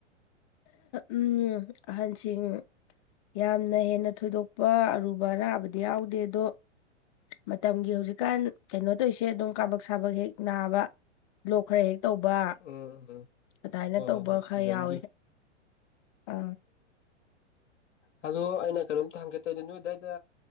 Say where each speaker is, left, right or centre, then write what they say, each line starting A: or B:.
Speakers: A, on the left; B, on the left.
A: ꯎꯝ ꯑꯍꯟꯁꯤꯡ ꯌꯥꯝꯅ ꯍꯦꯟꯅ ꯊꯣꯏꯗꯣꯛꯄ ꯑꯔꯨꯕ ꯑꯅꯥꯕꯗꯤ ꯌꯥꯎꯗꯦ ꯑꯗꯣ ꯃꯇꯝꯒꯤ ꯍꯧꯖꯤꯛꯀꯥꯟ ꯀꯩꯅꯣ ꯇꯧꯔꯤꯁꯦ ꯑꯗꯨꯝ ꯀꯥꯕꯛ ꯁꯥꯕꯛ ꯍꯦꯛ ꯅꯥꯕ ꯂꯣꯛ ꯈꯔ ꯍꯦꯛ ꯇꯧꯕ
B: ꯎꯝ ꯎꯝ
A: ꯑꯗꯨꯃꯥꯏꯅ
B: ꯍꯣꯏ
A: ꯇꯧꯕ
B: ꯍꯣꯏ ꯍꯣꯏ ꯁꯤꯖꯟꯒꯤ
A: ꯈꯔ ꯌꯥꯎꯏꯤ ꯑ
B: ꯍꯂꯣ ꯑꯩꯅ ꯀꯩꯅꯣꯝꯇ ꯍꯪꯒꯦꯠꯇꯣꯏꯗ ꯅꯣꯏ ꯑꯗꯨꯗꯥꯏꯗ